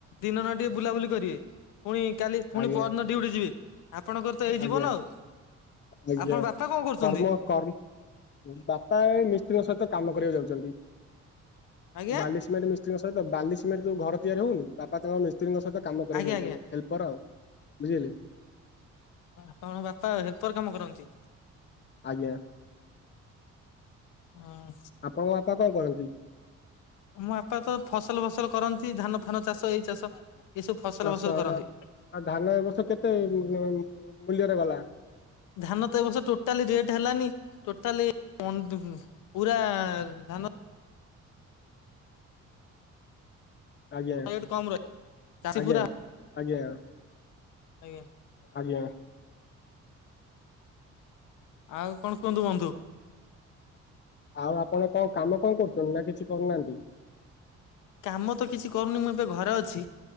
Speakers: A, on the left; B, on the left.
A: ଦିନ ନା ଟିକେ ବୁଲାବୁଲି କରିବେ ଫୁଣି କାଲି, ପୁଣି
B: ଆଜ୍ଞା
A: ପଅର୍ ଦିନ ଡ୍ୟୁଟି ଯିବେ। ଆପଣଙ୍କର? ତ ଏଇ ଜୀବନ
B: ଆଜ୍ଞା
A: ଆଉ
B: ଆଜ୍ଞା
A: ଆପଣ ବାପା କଣ କରୁଛନ୍ତି?
B: କର୍ମ କର୍ମ ବାପା ଏଇ ମିସ୍ତ୍ରୀଙ୍କ ସଇତ କାମ କରିଆକୁ ଯାଉଚନ୍ତି।
A: ଆଜ୍ଞା
B: ବାଲି, ସିମେଣ୍ଟ ମିସ୍ତ୍ରୀଙ୍କ ସଇତ ବାଲି, ସିମେଣ୍ଟ ଯୋଉ ଘର ତିଆରି ହୋଉନି ବା ବାପା ତାଙ୍କ ମିସ୍ତ୍ରୀଙ୍କ ସହିତ କାମ କରିବାକୁ
A: ଆଜ୍ଞା ଆଜ୍ଞା
B: ଯାଉଚନ୍ତି, ହେଲ୍ପର ଆଉ ବୁଝିଲେ।
A: ଆପଣଙ୍କ ବାପା ହେଲ୍ପର କାମ କରନ୍ତି?
B: ଆଜ୍ଞା।
A: ଆଁ
B: ଆପଣଙ୍କ ବାପା କଁ କରନ୍ତି?
A: ଆମ ବାପା ତ ଫସଲ ଭସଲ କରନ୍ତି, ଧାନ ଫାନ ଚାଷ ଏଇ ଚାଷ। ଏସବୁ ଫସଲ
B: ଚାଷ
A: ଫସଲ କରନ୍ତି
B: ଏଁ ଆଉ ଧାନ ଏ ବଷ କେତେ ଉ-ମ୍-ଉ ମୂଲ୍ୟରେ ଗଲ?
A: ଧାନ ତ ଏ ବର୍ଷ ଟୋଟାଲି ରେଟ୍ ହେଲାନି, ଟୋଟାଲି ଅନ୍ ଦୁମ୍ ପୁରା-ଆ -ଧାନ
B: ଆଜ୍ଞା,
A: ରେଟ୍ କମ ରହି ଚାଷୀ
B: ଆଜ୍ଞା,
A: ପୁରା
B: ଆଜ୍ଞା।
A: ଆଜ୍ଞା
B: ଆଜ୍ଞା
A: ଆଉ କଣ କୁଅନ୍ତୁ ବନ୍ଧୁ?
B: ଆଉ ଆପଣ କଁ କାମ କଁ କରୁଛନ୍ତି ନା କିଛି କରୁନାହାନ୍ତି?
A: କାମ ତ କିଛି କରୁନି ମୁଁ ଏବେ ଘରେ ଅଛି।